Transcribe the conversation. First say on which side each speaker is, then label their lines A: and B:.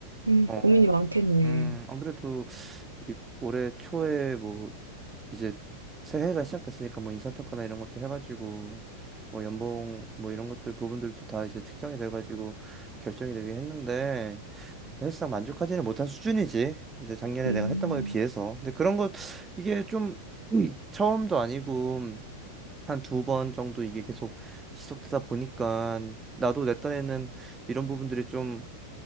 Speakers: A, on the right; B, on the right.
A: 응,
B: 어.
A: 고민이 많겠네.
B: 음, 안 그래도 이- 올해 초에 뭐 이제 새해가 시작됐으니까 뭐 인사평가나 이런 것도 해가지고 뭐 연봉 뭐 이런 것들 부분들도 다 이제 특정이 돼가지고 결정이 되긴 했는데 사실상 만족하지는 못한 수준이지. 이제 작년에
A: 음,
B: 내가 했던 거에 비해서. 근데 그런 것 이게 좀 음, <clears throat> 처음도 아니고 한 두 번 정도 이게 계속 지속되다 보니까 나도 내 딴에는 이런 부분들이 좀